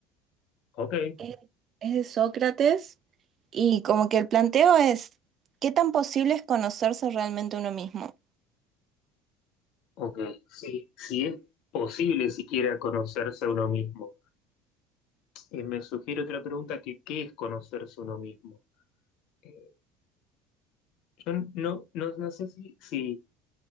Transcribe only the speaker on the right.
Es, es de Sócrates y como que el planteo es, ¿qué tan posible es conocerse realmente uno mismo?